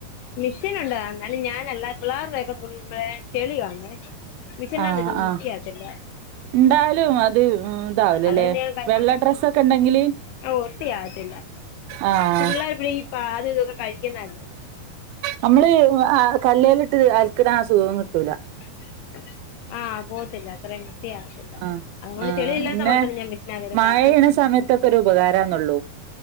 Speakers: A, on the left; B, on the right.
A: മിഷെൻ ഉണ്ട് എന്നാലും ഞാൻ അല്ലാ പിള്ളേരുടെ <unintelligible> ചെളി കാണുവേ മിഷീനിനകത്തിട്ടൊന്നും
B: ആഹ് ആഹ്
A: വൃത്തിയാകത്തില്ല
B: എന്താലും അത് ഇതാവലല്ലേ
A: അതുകൊണ്ട് ഞാൻ കൈകൊണ്ട്
B: വെള്ള ഡ്രസ്സക്കെ ഇണ്ടെങ്കില്
A: ആഹ് വൃത്തിയാകത്തില്ല
B: ആഹ്
A: ഈ പിള്ളർ <unintelligible> ഇതൊക്കെ കഴിക്കുന്നല്ലേ
B: നമ്മള് കല്ലേലിട്ട് അൽക്കണ ആ സുഖോമ് കിട്ടൂല
A: <inaudible> ആ പോത്തില്ല അത്രയും വൃത്തിയാകത്തില്ല
B: ആ
A: അതുകൊണ്ട്
B: ആ
A: ചെളിയില്ലാത്ത
B: പിന്നെ
A: മാത്രം ഞാൻ മിഷീനകത്ത് ഇടും
B: മഴ
A: ബാക്കി
B: പെയ്യ്ണ സമയത്തൊക്കെ ഒരു ഉപകാരാന്നേള്ളൂ